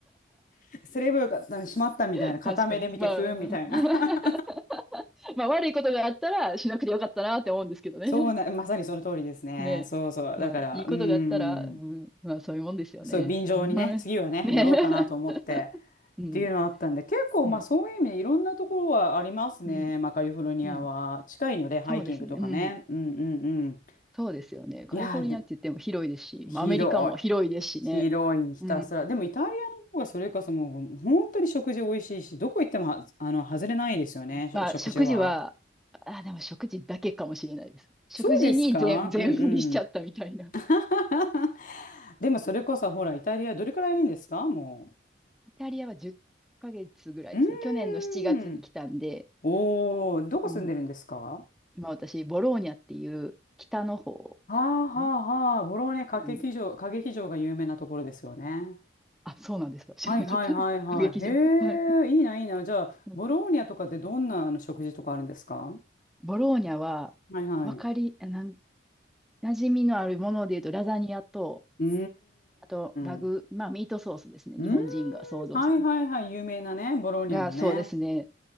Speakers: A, on the left; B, in the centre.
A: <laughs> すればよかった。しまった。みたいな。
B: に。
A: 片目で見て、
B: 確かに。ま
A: ふーん。みたいな。
B: あ、<laughs>
A: <laughs>
B: まあ悪いことがあったらしなくてよかったなって思うんですけどね。
A: そうな、まさにその通りですね。
B: ね、
A: そうそう。
B: まあ、
A: だから、
B: いいことがあったら、
A: うーん。
B: うん、まあ、そういうもんですよね。
A: そう、便乗にね、
B: <laughs> まあね。
A: 次はね、
B: ね。
A: 乗ろうかなと思って。
B: <laughs> うん、
A: っていうのはあったんで、結構まあそういう意味でいろんなところはありますね。
B: うん、うん、
A: まあカリフォルニアは。
B: うん。
A: 近いので、ハイキングとかね。
B: そうですね。うん。
A: うんうんうん。
B: そうですよね。カリフォルニアって言っても広いですし、
A: いやー、で広い。
B: まあ、アメリカも広いですしね。
A: 広い、ひたすら。
B: うん。
A: でもイタリアの方がそれこそもう本当に食事美味しいし、どこ行ってもは、あの、外れないですよね、
B: まあ、
A: お食事は。
B: 食事は、あ、でも食事だけかもしれないです。食事に全、
A: そうですかうんうん。
B: 全振りしちゃったみたいな。
A: <laughs> でもそれこそほら、イタリアどれくらいいるんですかも
B: イタリアは10ヶ月ぐらいですね。
A: う。うーん。
B: 去年の7月に来たんで、
A: おお、どこ住んでるんですかは
B: うん、今私、ボローニャっていう北の方、
A: あは
B: ん
A: あはあ、ボローニャ歌劇場、
B: なん
A: 歌劇場が有名なところですよね。
B: あ、そうなんですか。知らなかったです。
A: はいはいはいはい。
B: <laughs> 歌劇場。
A: へえ、
B: はい。
A: いいな、いいな。じゃあ、
B: うん
A: ボローニャとかってどんなあの食事とかあるんですか
B: ボローニャは、
A: はいはい。
B: わかり、なん、馴染みのあるもので言うと、ラザニアと、
A: うー
B: あと、ラグ、
A: ん。
B: まあ、ミートソースですね。
A: うーん。
B: 日本人が想像する。
A: はいはいはい。有名なね、ボローニャのね。
B: が、そうですね。